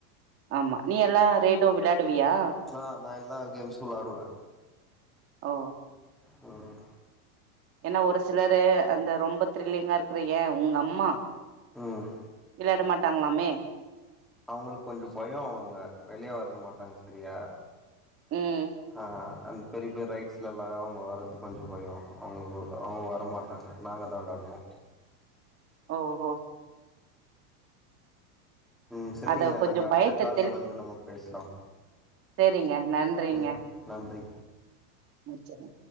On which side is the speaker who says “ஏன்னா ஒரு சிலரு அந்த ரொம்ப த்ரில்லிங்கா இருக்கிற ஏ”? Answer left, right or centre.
Right